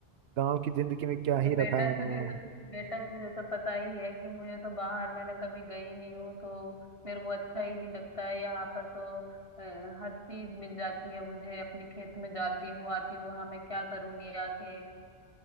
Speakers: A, on the right; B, on the left.
A: गांव की जिंदगी में क्या ही
B: और बेटा
A: रखा है
B: तुझे
A: माँ
B: तो बेटा तुझे तो पता ही है कि मुझे तो बाहर मैंने कभी गई नहीं हूँ तो मेरे को अच्छा ही नहीं लगता है यहाँ पर तो अ, हर चीज मिल जाती है मुझे अपने खेत में जाती हूँ आती हूँ वहां मैं क्या करूंगी आके